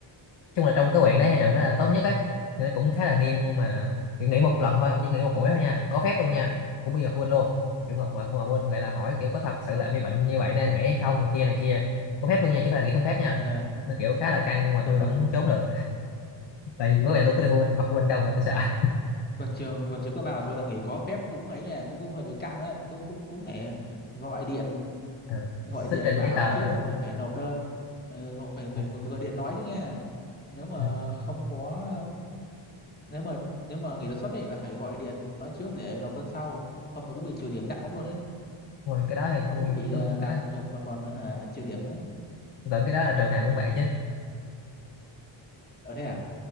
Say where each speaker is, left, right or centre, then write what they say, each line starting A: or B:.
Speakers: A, on the left (about 60°); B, on the left (about 20°).
A: chung là trong cái huyện đấy hay trường đó là tốt nhất ấy nên cũng khá là nghiêm nhưng mà kiểu nghỉ một lần thôi ông chỉ nghỉ một buổi thôi nha có phép luôn nha cũng bị giờ phụ huynh luôn kiểu ngọc mà phụ huynh gọi là hỏi kiểu có thật sự là em bị bệnh như vậy nên em nghỉ hay không này kia này kia có phép luôn nha chứ không phải là nghỉ không phép nha
B: ờ
A: nó kiểu khá là căng nhưng mà
B: <laughs>
A: tôi
B: ờ.
A: vẫn trốn được tại vì bố mẹ tôi có đi phụ huynh học phụ huynh đâu mà tôi sợ <laughs>
B: còn trường còn trường cấp ba của tôi là nghỉ có phép cũng ấy nha cũng cũng hơi bị căng đấy cũng cũng cũng phải gọi điện
A: à,
B: gọi
A: xuất
B: điện
A: trình
B: bảo
A: giấy tờ
B: trước
A: đúng
B: xong
A: không
B: rồi phải nộp đơn ừ, gọi- phải, phải
A: à,
B: phải gọi điện nói chứ nha nếu mà
A: ừ.
B: không có nếu mà nếu mà nghỉ đột xuất ấy là phải gọi điện nói trước để nộp đơn sau không nó cũng bị trừ điểm nặng lắm luôn ấy
A: Đúng rồi, cái đó thì
B: không
A: ừ,
B: những bị
A: đúng
B: ờ, làm
A: cái đó
B: nhục mà còn ờ, hả, trừ điểm nữa
A: tôi tưởng cái đó là trường nào cũng vậy chứ
B: ở thế à